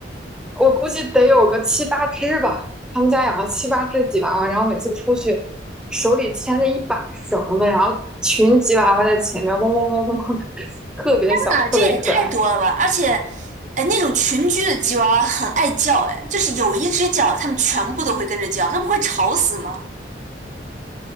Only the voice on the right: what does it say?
呐，这也太多了吧！
而且，哎，那种群居的吉娃娃很爱叫，哎，就是有一只叫，它们全部都会跟着叫，那不会吵死吗？